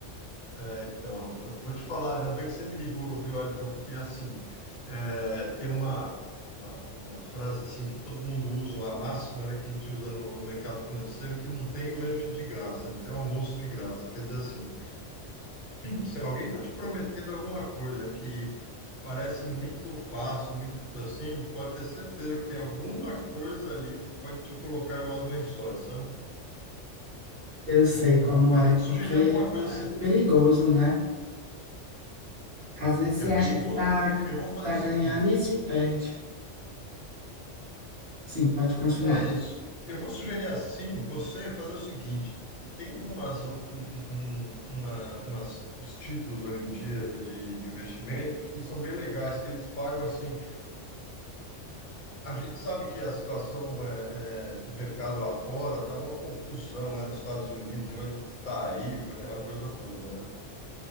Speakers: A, on the left; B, on the right.
A: É, então, eu vou te falar, ainda bem que você me ligou, viu, Wellington? Porque assim, é, tem uma, uma, uma frase assim que todo mundo usa, uma máxima, né, que a gente usa no, no mercado financeiro, que não tem lanche de graça, não tem almoço de graça. Quer dizer assim, se alguém está te prometendo alguma coisa que parece muito fácil, muito assim, pode ter certeza que tem alguma coisa ali que pode te colocar em maus lençóis, sabe?
B: Eu
A: Então,
B: sei como
A: eu
B: é,
A: vou te
B: porque
A: sugerir alguma coisa, se-
B: é perigoso, né? Às vezes
A: é
B: você acha
A: perigoso.
B: que tá,
A: Eu vou fazer
B: tá
A: o seguinte.
B: ganhando e se perde. Sim, pode continuar.
A: É isso. Eu vou sugerir assim, você fazer o seguinte: tem algumas, um, um- uma, umas, os títulos hoje em dia de, de investimento que são bem legais, que eles pagam assim. A gente sabe que a situação é, é, do mercado lá fora tá maior confusão, né? Nos Estados Unidos, negócio de tarifa, aquela coisa toda, né?